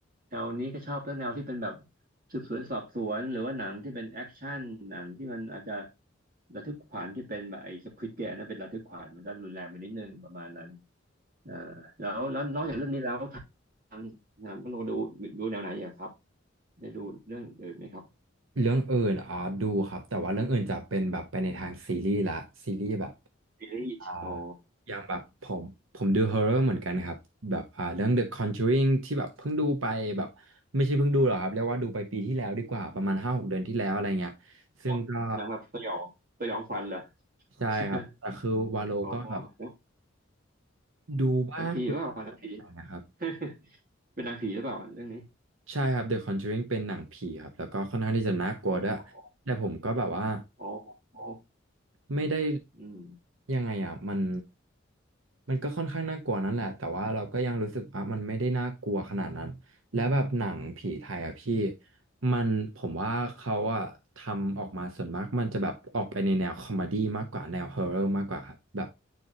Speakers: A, on the right (about 45°); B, on the right (about 80°).
A: แนวนี้ก็ชอบแล้วแนวที่เป็นแบบ สืบสวนสอบสวนหรือว่าหนังที่เป็นแอคชั่นหนังที่มันอาจจะระทึกขวัญที่เป็นแบบไอ้สควิดเกมนั่นเป็นระทึกขวัญมันก็รุนแรงไปนิดนึงประมาณนั้นอ่าแล้วแล้วนอกจากเรื่องนี้แล้วทางทางคุณโอดูดูแนวไหนอีกอะครับได้ดูเรื่องอื่นไหมครับ
B: เรื่องอื่นอ่าดูครับแต่ว่าเรื่องอื่นจะเป็นแบบไปในทางซีรีส์ละซีรีส์แบบ
A: ซีรีส์อ๋อ
B: อ่าอย่างแบบผมผมดูฮอ r ์เรอร์เหมือนกันครับแบบอ่าเรื่อง The Conjuring ที่แบบเพิ่งดูไปแบบไม่ใช่เพิ่งดูหรอกครับเรียกว่าดูไปปีที่แล้วดีกว่าประมาณห้าหกเดือนที่แล้วอะไรเงี้ยซึ่งก็
A: แบบหนังแบบสยองสยองขวัญเหรอ
B: ใช่ครับแต่คือวาโลก็แบบ
A: <laughs> อ๋อหนัง
B: ดูบ้างดู
A: นังผีว่าหนังผี
B: บ้างนะครับ
A: <laughs> เป็นหนังผีหรือเปล่าเรื่องนี้
B: ใช่ครับ The Conjuring เป็นหนังผีครับแล้วก็ค่อนข้างที่จะน่ากลัวด้วย
A: อ๋อ
B: แต่ผมก็แบบว่า
A: อ๋ออ๋อ
B: ไม่ได้
A: อืม
B: ยังไงอ่ะมันมันก็ค่อนข้างน่ากลัวนั่นแหละแต่ว่าเราก็ยังรู้สึกว่ามันไม่ได้น่ากลัวขนาดนั้นและแบบหนังผีไทยอ่ะพี่มันผมว่าเขาอ่ะทำออกมาส่วนมากมันจะแบบออกไปในแนวคอมเมดี้มากกว่าแนวฮอร์เรอร์มากกว่าครับแบบ